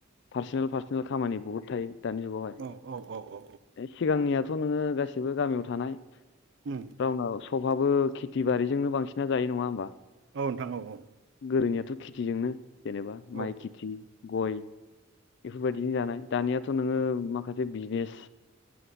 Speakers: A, on the left; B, on the right.
A: पार्सनेल पार्सनेल खामानि बहुत थायो दानि जुगावहाय
B: नंगौ नंगौ औ औ औ औ
A: ऐ सिगांनियाथ बुङो गासि सिबो गामियाव थानाय
B: उम
A: रावना स अहाबो खेथि बारिजोंनो बांसिनना जायो नङा होमबा
B: औ नोंथां औ - औ
A: गोदोनियाथ खेथिजोंनो जेनेबा
B: औ
A: माइ खेथि गय बेफोरबायदि जानाय दानियाथ नोङो
B: औ
A: माखासे बिज बिस